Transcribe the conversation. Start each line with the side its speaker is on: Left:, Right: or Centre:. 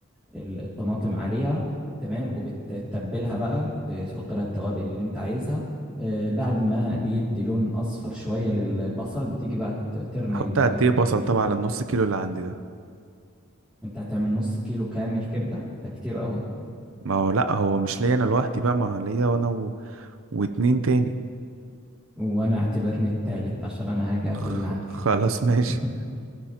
Centre: ال- الطماطم عليها تمام وبتتبلها بقى ت- تحط لها التوابل اللي انت عايزها آه، بعد ما بيدي لون اصفر شويه للبصل بتيجي بقى ت- ترمي
Right: احط
Centre: ال-
Right: قد ايه بصل طبعا
Centre: الكبده
Right: على النص كيلو اللي عندي ده
Centre: انت هتعمل نص كيلو كامل كبده ده كتير قوي
Right: ما هو لا هو مش ليا انا لوحدي بقى ما هو ليا وانا و... واتنين تاني
Centre: وانا اعتبرني التالت عشان انا هاجي اكل
Right: خ-
Centre: معاك
Right: خلاص ماشي
Centre: <laughs>